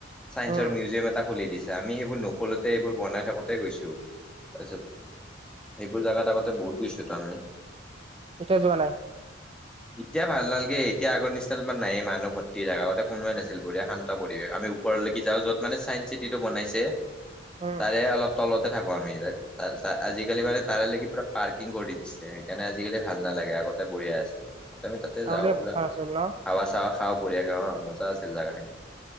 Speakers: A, in the centre; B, on the right.
A: ছাইসৰ
B: উম
A: মিউজিয়াম এটা খুলি দিছে। আমি সেইবোৰ নকলোতে এইবোৰ বনাই থাকোঁ‌তে গৈছো। তাৰপিছত এইবোৰ জাগাত আগতে বহুত গৈছো তো আমি
B: এতিয়া যোৱা নাই।
A: এতিয়া ভাল নালগে এতিয়া আগৰ নিচিনা ইমান নায়ে মানুহ ঘৰ তি আগতে কোনোৱে নাছিল। বঢ়া শান্ত পৰিৱেশ আমি ওৰলৈক যাওঁ যত মানে চাইন্ঞ্চ চিটিটো বনাইছে।
B: উম
A: তাৰে অলপ তলতে থাকোঁ‌ আমি ত ত ত আজিকালি মানে তাৰেকি পুৰা পাৰ্কিং কৰি দিছে। সেইকাৰণে আজিকালি ভাল নালাগে আগতে বঢ়িয়া আছে। আমি তাতে
B: আগতে
A: যাওঁ উৰা
B: ভাল আছিল ন
A: খাৱা চাৱা খাওঁ। বঢ়িয়াকে অ' মজা আছিল জেগাখিনি